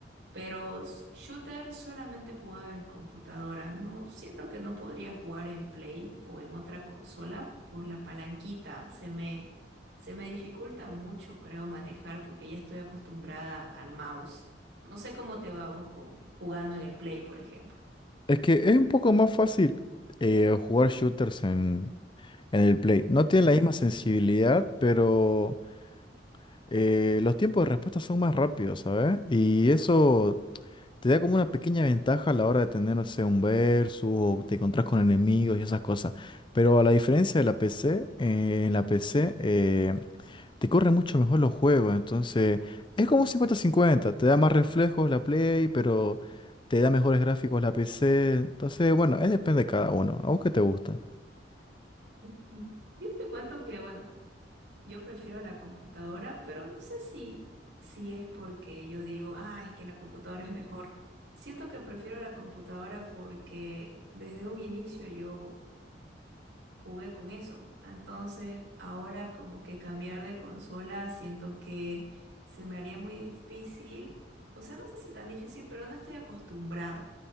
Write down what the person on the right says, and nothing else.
Pero s- shooter solamente he jugado en computadora, no siento que no podría jugar en Play o en otra consola por la palanquita. Se me, se me dificulta mucho, creo, manejar porque ya estoy acostumbrada al mouse. No sé cómo te va a vos con jugando en el Play, por ejemplo.
Ujú. Yo te cuento que, bueno, Yo prefiero la computadora, pero no sé si, si es porque yo digo, ah, es que la computadora es mejor. Siento que prefiero la computadora porque desde un inicio yo jugué con eso. Entonces, ahora como que cambiar de consola, siento que se me haría muy difícil, o sea, no sé si tan difícil, pero no estoy acostumbrada.